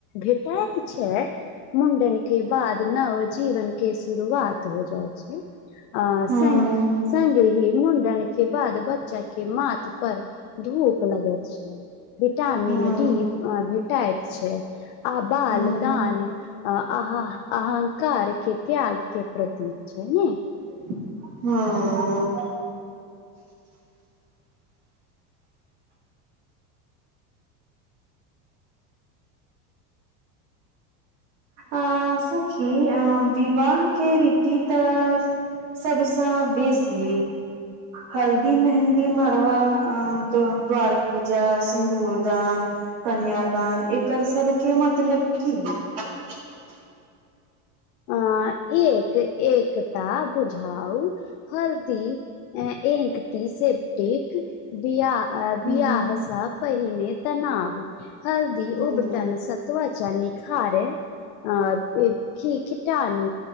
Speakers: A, on the left; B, on the right.
A: भेटाइत छै मुंडन के बाद नव जीवन के शुरुआत हो जाइ छै आ
B: हँ
A: सं गे ही मुंडन के बाद बच्चा के माथ पर धूप लगैत छै विटामीन
B: हँ
A: डी भेटाएत छै आ बाल
B: हँ
A: दान अ अह अहंकार के त्याग के प्रतीक छै ने
B: हँ अ सखी विवाहके रीति तऽ सबस बेसी हल्दी मेहंदी मड़वा अ त द्वार पूजा सिदूरदान कन्यदान एकर सबके मतलब की <inaudible>
A: अ एक एकटा बुझाउ हल्दी अ एक टी सेपटिक बिआ
B: हूँ
A: बियाह स पहिने तनाव हल्दी
B: हूँ
A: उबटन स त्वचा निखारै अ किटानू